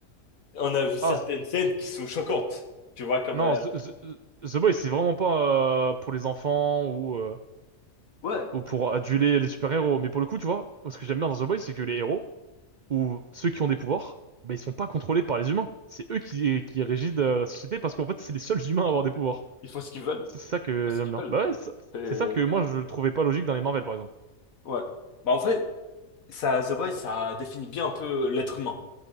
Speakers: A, on the left (about 80°); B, on the right (about 80°).
A: on a vu certaines
B: Ah z-
A: scènes qui sont choquantes, tu vois comme.
B: non,
A: euh,
B: The, The- The Boys c'est vraiment pas euh, pour les enfants ou euh,
A: Ouais,
B: ou pour aduler les super-héros, mais pour le coup, tu vois, ce que j'aime bien dans The Boys, c'est que les héros où ceux qui ont des pouvoirs, ben, ils sont pas contrôlés par les humains. C'est eux qui, qui régissent euh, la société parce qu'en fait, c'est les seuls humains à avoir des pouvoirs.
A: ils font ce qu'ils veulent,
B: C'est
A: ils
B: c'est ça que
A: font ce
B: j'aime
A: qu'ils
B: bien.
A: veulent.
B: Bah ouais, c'est
A: Et...
B: c'est ça que moi je trouvais pas logique dans les Marvel par exemple.
A: Ouais. Bah en fait, ça, The Boys, ça définit bien un peu l'être humain.